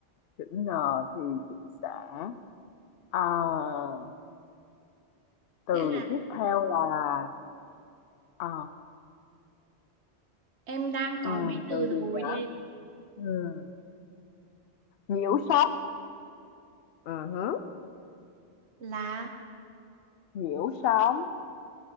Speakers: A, on the left; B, on the right.
A: chữ N thì chị sẽ à, từ
B: sẽ là
A: tiếp theo là ờ,
B: em đang có
A: ừm,
B: mấy từ
A: từ
B: rồi
A: gì nhỉ
B: đây
A: Ừm, nhiễu sóng Ừ hứ.
B: là
A: nhiễu sóng